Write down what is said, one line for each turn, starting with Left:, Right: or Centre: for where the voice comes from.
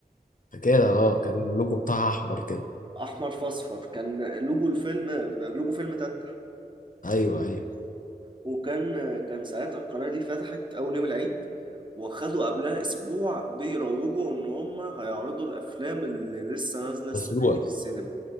Left: فاكرها اه كان اللوجو بتاعها احمر كده
Right: أحمر في أصفر كان لوجو الفيلم لوجو فيلم تتح
Left: ايوه ايوه
Right: وكان كان ساعتها القناة دي فتحت أول يوم العيد وخدوا قبلها أسبوع بيروجوا إن هم هيعرضوا الأفلام اللي لسه نازلة السنة
Left: مسروقه
Right: دي في السينما